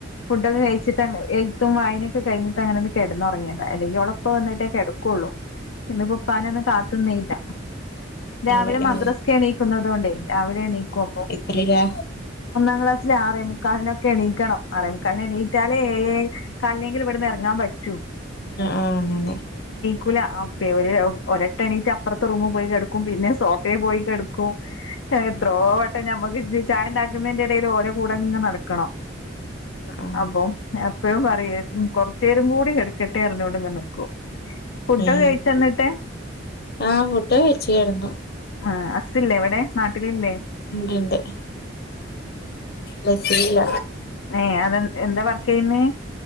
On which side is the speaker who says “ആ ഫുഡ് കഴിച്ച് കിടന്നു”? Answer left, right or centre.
Left